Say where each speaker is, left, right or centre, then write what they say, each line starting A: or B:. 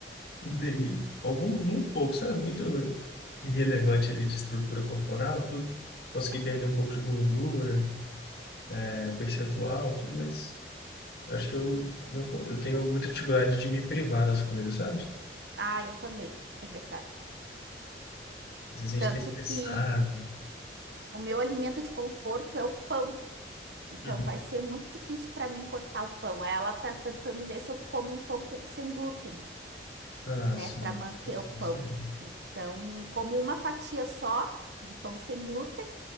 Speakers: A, on the left; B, on the right.
A: mudei algum, muito pouco, sabe? Muito irrelevante ali de estrutura corporal, tudo. Consegui
B: Aham.
A: perder um pouco de gordura, né, percentual, tudo, mas acho que eu, não, co- eu tenho muita dificuldade de me privar das coisas, sabe?
B: Ah, eu também, é verdade.
A: Às vezes a gente
B: Tanto
A: tá estressado.
B: que o meu alimento de conforto é o pão, então
A: Uhum.
B: vai ser muito difícil para mim cortar o pão. Ela tá tentando ver se eu como um pão com- sem glúten.
A: Ah,
B: né,
A: sim.
B: para manter
A: Pode
B: o
A: ser
B: pão.
A: isso aí, né?
B: Então, como uma fatia só de pão sem glúten,